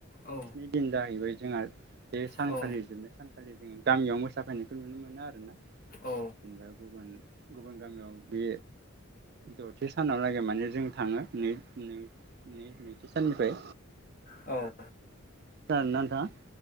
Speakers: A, on the left; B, on the right.
A: औ
B: स्नि दिन जाहैबाय जोंहा बे सानखालि
A: औ
B: जोबनाय सानखा खालि जों गामियाव मोसाफैनायखौ नुनो मोनो आरोना
A: औ
B: जेनेबा गुबुन गुबुन गामियाव बे दथि सानावलागै माने जों थाङो नै- नै-नै नैथि साननिफ्राय
A: औ
B: खोनादों ना नोंथाङा